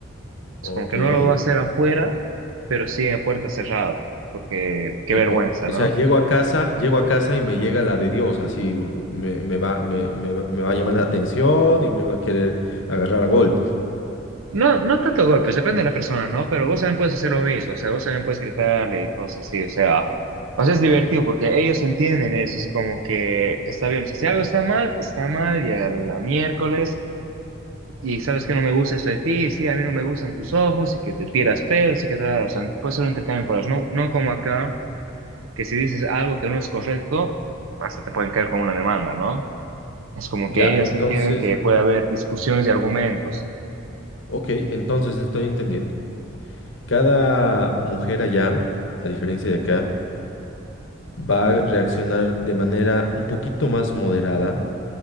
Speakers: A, on the right; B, on the left.
A: Es
B: Ok.
A: como que
B: Eh,
A: no lo va a hacer afuera, pero sí a puerta cerrada, porque qué vergüenza,
B: o, o
A: ¿no?
B: sea, llego a casa, llego a casa y me llega la de Dios, así u- me, me va, me, me va me va a llamar la atención y me va a querer agarrar a golpes.
A: No, no tanto golpes, depende de la persona, ¿no? Pero vos también puedes hacer lo mismo, o sea, vos también puedes gritarle y cosas así, o sea, o sea, es divertido porque ellos entienden eso, es como que está bien, o sea, si algo está mal, está mal y a la miércoles, y sabes que no me gusta esto de ti, y sí, a mí no me gustan tus ojos, y que te tiras pedos, y que tal, o sea, puede ser un intercambio por las, no, no como acá, que si dices algo que no es correcto, hasta te pueden caer con una demanda, ¿no? Es como
B: Ya,
A: que ellas
B: entonces,
A: entienden que puede haber discusiones y argumentos,
B: ok, entonces estoy entendiendo. Cada mujer allá, a diferencia de acá, va a reaccionar de manera un poquito más moderada